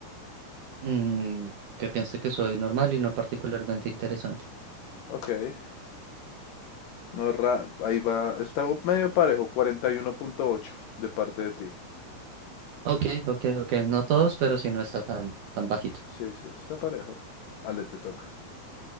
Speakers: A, on the right; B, on the left.
A: Mm, que piense que soy normal y no particularmente interesante.
B: Ok, no, ra- ahí va, está medio parejo, cuarenta y uno punto ocho de parte de ti.
A: Ok, ok, ok. No todos, pero si no está tan, tan bajito.
B: Sí, sí, está parejo. Ale, te toca.